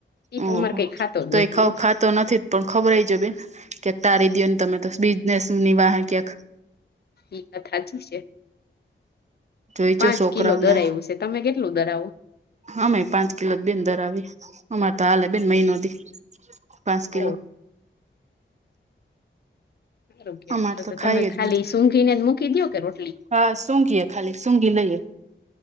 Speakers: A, on the left; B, on the right.
A: એ
B: ઓહ
A: તો અમારે કઈ ખાતો
B: તો,
A: જ નથી
B: એ
A: ને
B: ખાતો નથી પણ ખવડવજે બેન કે- ટારી દયો ને, તમે તો બિઝનેસની વાહે ક્યાંક.
A: ઇ વાત હાચી છે.
B: જોઈજો
A: પાંચ
B: છોકરા
A: કિલો દરાયું
B: ઓને.
A: છે તમે કેટલું દરાવો
B: અમેય પાંચ કિલો જ બેન દરાવી, અમારે તો હાલે બેન મહિનો દી. પાંચ કિલો
A: ઓ સારું કેવાય,
B: અમારે
A: તો
B: ખાઈ
A: તમે
B: જ
A: ખાલી
B: નહી
A: સૂઘીને જ મૂકી દયો કે રોટલી.
B: હા સૂઘીએ <unintelligible> લઈએ